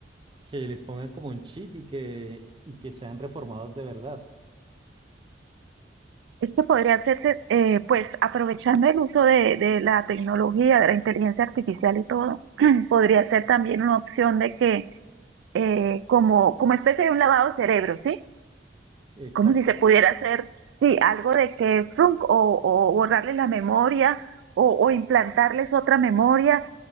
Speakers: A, on the right; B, on the right.
A: que les pongan como un chip y que, y que sean reformados de verdad.
B: Esto podría hacerse, eh, pues, aprovechando el uso de, de la tecnología, de la inteligencia artificial y todo, <clears throat> podría ser también una opción de que, eh, como, como especie de un lavado de cerebro, ¿sí?
A: Exacto.
B: como si se pudiera hacer, sí, algo de que frunk, o, o borrarles la memoria o, o implantarles otra memoria,